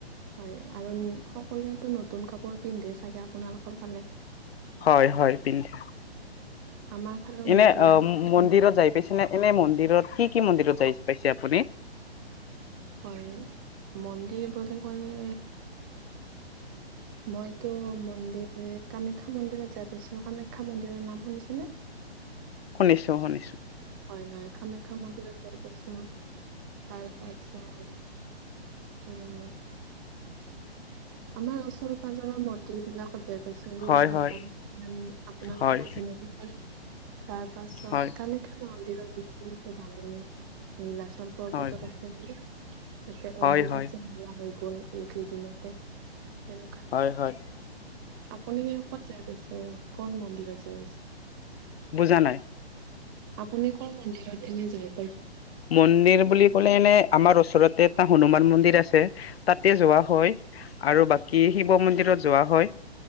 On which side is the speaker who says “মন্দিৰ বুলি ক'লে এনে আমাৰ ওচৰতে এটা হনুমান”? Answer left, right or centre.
Left